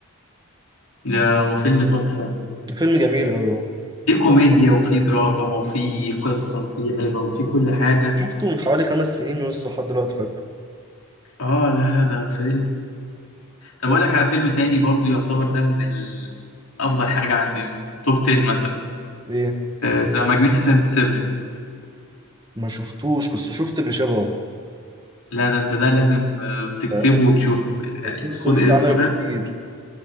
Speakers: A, on the left (about 85°); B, on the right (about 20°).
A: ده وفيلم تحفة
B: الفيلم جميل قوي
A: في كوميديا وفي دراما وفي قصة وفي عظة وفي كل حاجة
B: شفته من حوالي خمس سنين ولسه لحد دلوقتي فاكره
A: اه لا لا ده فيلم طب
B: فاهم؟
A: اقول لك على فيلم تاني برضو يعتبر ده من ال... افضل حاجه عندي من توب 10 مثلا
B: ايه
A: ذا ماجنيفيسنت 7
B: ما شفتوش بس شفت اللي شبهه
A: لا ده انت ده لازم آه، تكتبه
B: يعني
A: وتشوفه يعني
B: القصه
A: خد
B: دي اتعملت
A: اسمه ده
B: كتير